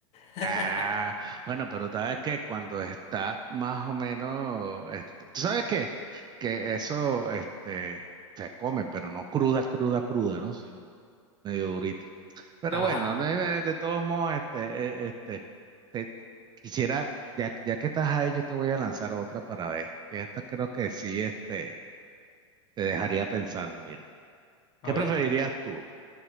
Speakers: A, on the left (about 40°); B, on the right (about 25°).
A: <laughs>
B: Ah, bueno, pero sabes que cuando está más o menos, este, ¿tú sabes qué? Que eso, este, se comen, pero no cruda, cruda, cruda, ¿no? Sino medio durito. Pero
A: Ajá,
B: bueno, de, de todos modos, este, eh, este, te quisiera, ya, que- ya que estás ahí, yo te voy a lanzar otra para ver. Y esta creo que sí, este, te dejaría pensando, mira.
A: a
B: ¿Qué
A: ver.
B: preferirías tú?